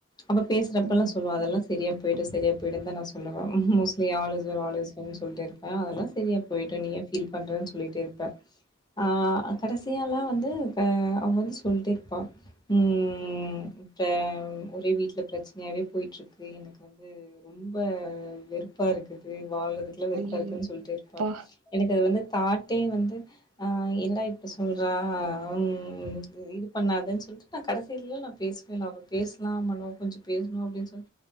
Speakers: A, on the left; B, on the right.
A: அவ பேசுறப்பெல்லா
B: ம்
A: சொல்லுவா அதெல்லா சரியா போயிடு சரியா போயிடுனுதா நா சொல்லுவ ம் மோஸ்ட் நீ all is well all is Wells சொல்ட்டே ருப்ப அதுலஸ் செரியா போய்ட்டு நீயே ஏ ஃபீல் பண்றேன்னு சொல்லிட்டே இருப்பே ஆஹ் கடைசியால்லா வந்து அ அவ வந்து சொல்லிட்டே இருப்பா ம் இப்ப ஒரே வீட்ல பிரச்சனையாவே போயிட்டுருக்கு எனக்கு வந்து ரொம்ப வெறுப்பா இருக்குது வாழ்றதுக்குல்லா வெறுப்பா
B: ஐயையோ
A: இருக்குன்னு சொல்லிட்டே ருப்பா
B: அப்பா
A: எனக்கு அது வந்து தாட்டே வந்து அ என்னடா இப்டி சொல்றா அம் இ இது பண்ணாதன்னு சொல்லிட்டு நா கடைசிலல நா பேசவே இல்ல அவ பேசலாம் லோ கொஞ்சோ பேசணு அப்படின்னு சொல்ல